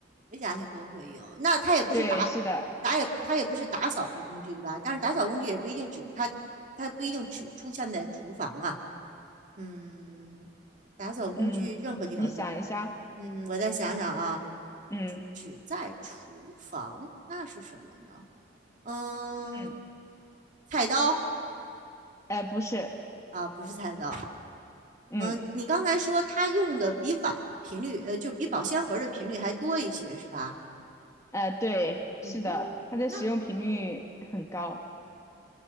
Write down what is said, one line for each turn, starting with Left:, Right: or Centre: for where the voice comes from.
Right: 每个家庭都会有。那它也不是打打也它也不是打扫的工具，
Left: 对，是的，
Right: 对吧？但是打扫工具也不一定只它它不一定只出现在厨房啊。嗯，打扫工具任何地方都。
Left: 嗯，你想一下，
Right: 嗯，我再想想啊，
Left: 嗯
Right: 只只在厨房，那是什么呢？嗯，
Left: 嗯，
Right: 菜刀
Left: 呃，不是，
Right: 啊，不是菜刀。
Left: 嗯，
Right: 嗯，你刚才说他用的比碗频率，呃，就比保鲜盒的频率还多一些，是吧？
Left: 呃，对，是的，
Right: 嗯，
Left: 它的使用频率很高。
Right: 那